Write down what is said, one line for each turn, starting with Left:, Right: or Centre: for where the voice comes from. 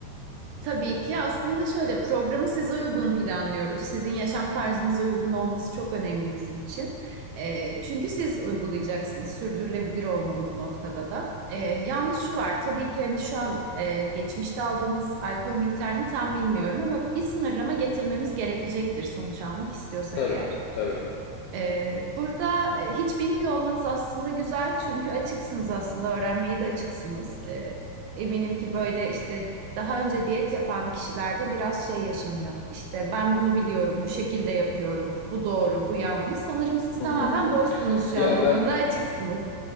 Right: Tabii ki aslında şöyle programı size uygun planlıyoruz. Sizin yaşam tarzınıza uygun olması çok önemli bizim için. Ee, çünkü siz uygulayacaksınız. Sürdürülebilir olmalı bu noktada da. Ee, yalnız şu var tabii ki hani şu an e, geçmişte aldığınız alkol miktarını tam bilmiyorum ama bir sınırlama getirmemiz gerekecektir sonuç almak istiyorsak
Left: Tabii,
Right: eğer.
Left: tabii.
Right: Ee, burada e, hiç bilmiyor olmanız aslında güzel çünkü açıksınız aslında öğrenmeye de açıksınız. Ee, eminim ki böyle işte daha önce diyet yapan kişilerde biraz şey yaşanıyor. İşte ben bunu biliyorum, bu şekilde yapıyorum, bu doğru, bu yanlış. Sanırım siz
Left: <laughs>
Right: tamamen
Left: Hı hı hı.
Right: boşsunuz şu
Left: Ya
Right: an bu
Left: ben
Right: konuda açıksınız.